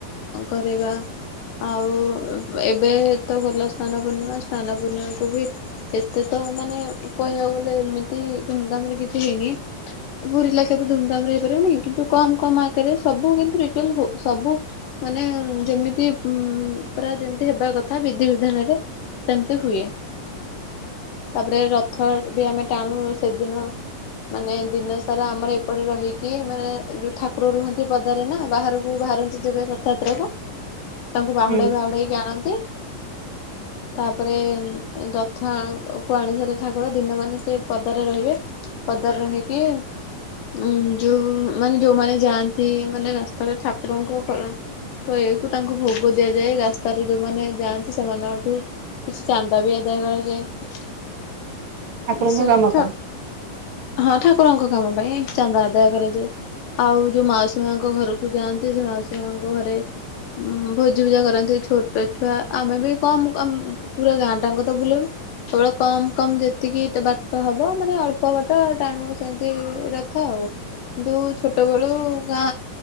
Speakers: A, on the left; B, on the right.
A: କରିବା। ଆଉ ଏବେ ତ ଗଲା ସ୍ନାନ ପୂର୍ଣ୍ଣିମା ସ୍ନାନ ପୂର୍ଣ୍ଣିମାକୁ ବି ଏତେ ତ ମାନେ କହିବାକୁ ଗଲେ ଏମିତି ଧୁମ୍ ଧାମ୍ ରେ କିଛି ହେଇନି। ପୁରୀ ଲାଖେ ତ ଧୁମଧାମ୍ ରେ ହେଇପାରିବନି କିନ୍ତୁ କମ୍ କମ୍ ଆକାରରେ ସବୁ କିନ୍ତୁ ଡିଟେଲ୍ ହୋଉ ସବୁ ମାନେ ଯେମିତି ହୁଁ ପୁରା ଯେମତି ହେବା କଥା ବିଧି ବିଧାନରେ ସେମିତି ହୁଏ। ତାପରେ ରଥ ବି ଆମେ ଟାଣୁ ସେଦିନ। ମାନେ ଦିନ ସାରା ଆମର ଏପଟେ ରହିକି ମାନେ ଯୋଉ ଠାକୁର ରୁହନ୍ତି ପଦାରେ ନା ବାହାରକୁ ବାହାରନ୍ତି। ଯିବେ ରଥଯାତ୍ରାକୁ ତାଙ୍କୁ ବାହୁଡ଼ାଇ
B: ହୁଁ
A: ବାହୁଡ଼ାଇକି ଆଣନ୍ତି। ତାପରେ ଦଥ କୁ ଆଣି ସାରି ଠାକୁର ଦିନ ମାନେ ସେ ପଦାରେ ରହିବେ। ପଦାରେ ରହିକି ଉଁ ଯୋଉ ମାନେ ଯୋଉମାନେ ଯାଆନ୍ତି ମାନେ ରାସ୍ତାରେ ଠାକୁରଙ୍କ କ ହୋଏକୁ ତାଙ୍କୁ ଭୋ ବୋ ଦିଆଯାଏ ରାସ୍ତାରେ ଯୋଉମାନେ ଯାଆନ୍ତି ସେମାନଙ୍କ ଠୁ କିଛି ଚାନ୍ଦା ବି ଆଦାୟ କରାଯାଏ।
B: ଠାକୁରଙ୍କ
A: ଏ ସେ
B: କାମ
A: ଥ
B: ପାଇଁ
A: ହଁ ଠାକୁରଙ୍କ କାମ ପାଇଁ ଚାନ୍ଦା ଆଦାୟ କରାଯାଏ। ଆଉ ଯୋଉ ମାଉସୀ ମାଙ୍କ ଘରକୁ ଯାଆନ୍ତି ସେ ମାଉସୀ ମାଙ୍କ ଘରେ ଉଁ ଭୋଜି ଭୁଜା କରନ୍ତି ଛୋଟ ଛୁଆ ଆମେ ବି କମ୍ କମ୍ ପୁରା ଗାଁ ଟାଆଙ୍କ ତ ବୁଲୁଲୁ। ଅଳ କମ୍ କମ୍ ଯେତିକି ତେ ବାଟ ହବ ମାନେ ଅଳ୍ପ ବାଟ ଟାଣୁ ସେମିତି ରଥ ଆଉ। ଦୁ ଛୋଟ ବେଳୁ ଗାଁ